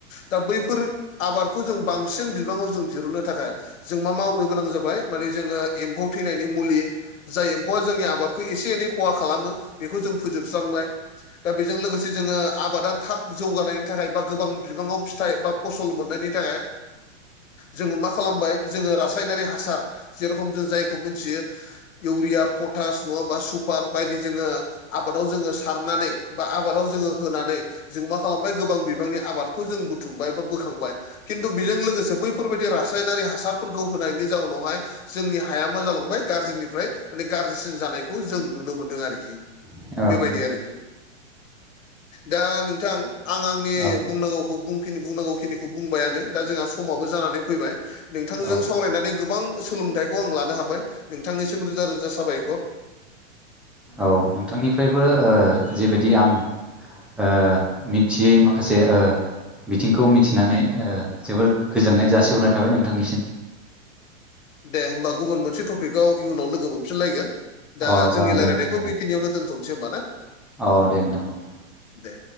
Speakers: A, on the left; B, in the centre.
A: दा बैफोरो आबादखौ जों बांसिन बिबाङाव जों दिहुननो थाखाय जों मा मावनो गोनां जाबाय माने जोङो एम्फौ थैनायनि मुलि जाय एम्फौआ जोंनि आबादखौ एसे एनै खहा खालामो बेखौ जों फोजोबस्रांबाय। दा बेजों लोगोसे जोङो आबादा थाब जौगानायनि थाखाय बा गोबां बिबाङाव फिथाइ बा फसल मोननायनि थाखाय जोङो मा खालामबाय जोङो रासायनारि हासार जेरखम जोङो जायखौ‌ मिथियो इउरिया पटास नङाबा सु बार बायदि जोङो आबादाव जोङो सारनानै बा आबादाव जोङो होनानै जों मा खालामबाय गोबां बिबांनि आबाद बेखौ जों बुथुमबाय बा बोखांबाय। खिन्थु बेजों लोगोसे बैफोरबायदि रासायनारि हासारफोरखौ होनायनि जाउनावहाय जोंनि हाया मा जालांबाय गाज्रिनिफ्राय माने गाज्रिसिन जानायखौ जों नुनो मोनदों आरोखि।
B: औ
A: बेबायदि आरोखि दा नोंथां आं आंनि
B: औ
A: बुंनांगौ बुंनांगौ खिनिखौ बुंबायानो दा जोंहा समाबो जानानै फैबाय नोंथांजों
B: औ
A: सावरायनानै गोबां सोलोंथाइखौ आं लानो हाबाय। नोंथांनिसिम रोजा रोजा साबायखर।
B: औ नोंथांनिफ्रायबो ओ जेबायदि आं ओ मिथियै माखासे ओ बिथिंखौ मिथिनानै ओ जोबोद
A: औ
B: गोजोननाय जासिहरनाय थाबाय नोंथांनिसिम।
A: दे होमबा गुबुन मोनसे टपिकआव इयुनाव लोगो मोनफिनलायगोन। दा
B: अ
A: जोंनि
B: जागोन दे
A: रायलायनायखौ
B: नोंथां
A: बेखिनियावनो दोनथ'नोसै होमबाना?
B: औ दे नोंथां औ।
A: दे।